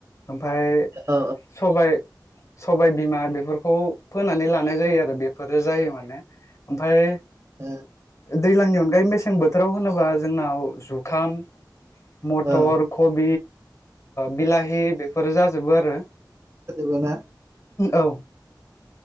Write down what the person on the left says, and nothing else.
ओमफाय
सबाय सबाय बिमा बेफोरखौ फोनानै लानाय जायो आरो बेफोरो जायो माने ओमफाय
दैज्लांनि अनगायै मेसें बोथोराव होनोबा जोंनाव जुखाम, मथर,
खबि बिलाहि बेफोर जाजोबो आरो।
औ